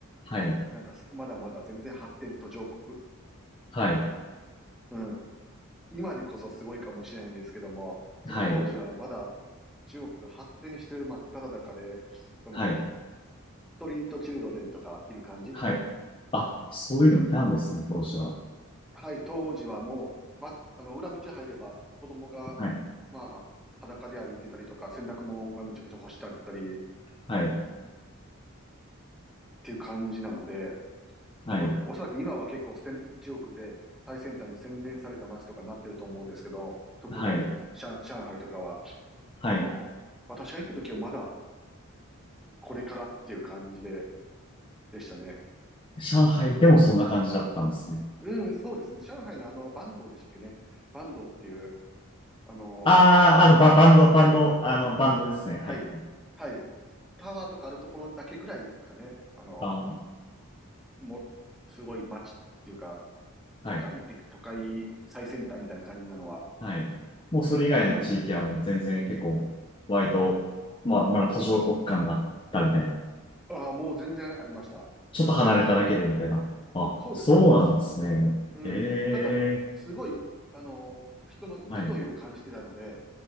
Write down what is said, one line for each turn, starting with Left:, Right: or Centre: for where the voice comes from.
Left: はい、
Centre: なんか、まだまだ全然発展途上国。
Left: はい、
Centre: うん。今でこそすごいかもしれないんですけども、その当時はまだ
Left: はい、
Centre: 中国が発展してる真っ只中で、その、
Left: はい。
Centre: ストリートチルドレンとかいる感じ
Left: はい。あ、そういうのいたんですね、当初は。
Centre: はい、当時はもう、ま、あの、裏道入れば子供が、
Left: はい、
Centre: まあ、裸で歩いてたりとか、洗濯物がむちゃくちゃ干してあったりっ
Left: はい、
Centre: ていう感じなので、
Left: はい、
Centre: 多分、おそらく今は結構せん中国で最先端に洗練された街とかになってると思うんですけど、特に上、
Left: はい、
Centre: 上海とかは、
Left: はい。
Centre: あの、私が行った時はまだこれからっていう感じで、でしたね。
Left: 上海でもそんな感じだったんですね。
Centre: うん、そうですね。上海のあの、バンドでしたっけね。バンドっていう、あの、
Left: ああ、
Centre: タワーとか、
Left: あの、バ、バンド、バンド、
Centre: はい、
Left: あの、バンドですね。はい。
Centre: はい。はい。タワーとかあるところだけぐらいですかね。あの、
Left: あー、
Centre: もう、すごい街っていうか、
Left: はい、
Centre: 都会って、都会最先端みたいな感じなのは。
Left: はい。もうそれ以外の地域はもう全然結構、
Centre: うん。
Left: 割と、まあ、まだ途上国間だったみたいな。
Centre: ああ、もう全然ありました。
Left: ちょっと離れただけでみたいな。
Centre: はい。
Left: あ、
Centre: そうです、
Left: そうなんですね。
Centre: そうです。うん。
Left: え
Centre: ただ、
Left: え、
Centre: すごい、あの、人の勢いを感じてたので、
Left: はい、